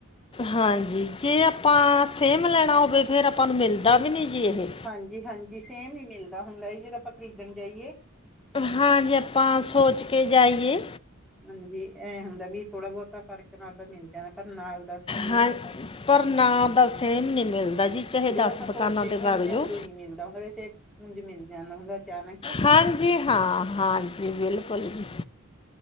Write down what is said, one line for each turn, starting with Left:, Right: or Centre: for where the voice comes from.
Left: ਹਾਂਜੀ, ਜੇ ਆਪਾਂ ਸੇਮ ਲੈਣਾ ਹੋਵੇ, ਫੇਰ ਆਪਾਂ ਨੂੰ ਮਿਲਦਾ ਵੀ ਨਈ ਜੀ ਏਹੇ।
Centre: ਹਾਂਜੀ- ਹਾਂਜੀ ਸੇਮ ਨੀ ਮਿਲਦਾ ਹੁੰਦਾ, ਜਦ ਆਪਾਂ ਖਰੀਦਣ ਜਾਈਏ।
Left: ਹਾਂਜੀ, ਆਪਾਂ ਸੋਚ ਕੇ ਜਾਈਏ।
Centre: ਹਾਂਜੀ, ਐ ਹੁੰਦਾ ਵੀ ਥੋੜਾ ਬਹੁਤਾ ਫਰਕ ਨਾਲ ਤਾਂ ਮਿਲ ਜਾਣਾ ਪਰ ਨਾਲ ਦਾ ਸੇਮ
Left: ਹਾਂ ਪਰ ਨਾਲ
Centre: ਹਮ,
Left: ਦਾ ਸੇਮ ਨਹੀਂ ਮਿਲਦਾ ਜੀ ਚਾਹੇ ਦਸ
Centre: ਜਦੋਂ ਆਪਾਂ ਸੋਚ
Left: ਦੁਕਾਨਾਂ
Centre: ਕੇ
Left: 'ਤੇ
Centre: ਖ਼ਰੀਦੇ
Left: ਵਗ
Centre: ਹਾਂ,
Left: ਜਾਓ
Centre: ਉਦੋਂ ਨੀ ਮਿਲਦਾ ਹੁੰਦਾ ਵੈਸੇ ਉੰਝ ਮਿਲ ਜਾਂਦਾ ਹੁੰਦਾ। ਅਚਾਨਕ
Left: ਹਾਂਜੀ ਹਾਂ, ਹਾਂਜੀ ਬਿਲਕੁਲ ਜੀ।